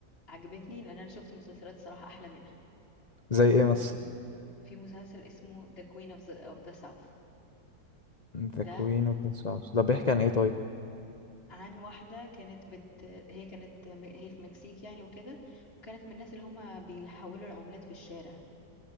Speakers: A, on the left; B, on the left.
A: عجبتني لان انا شفت مسلسلات صراحه احلى منها
B: زي ايه
A: في
B: مثلا
A: في مسلسل اسمه The Queen of the of the South
B: ذا
A: ده
B: كوين اوف ذا ساوث ده بيحكي عن ايه طيب
A: عن واحدة كانت بت هي كانت م- هي في مكسيك يعني وكده وكانت من الناس اللي هما بيحولوا العملات في الشارع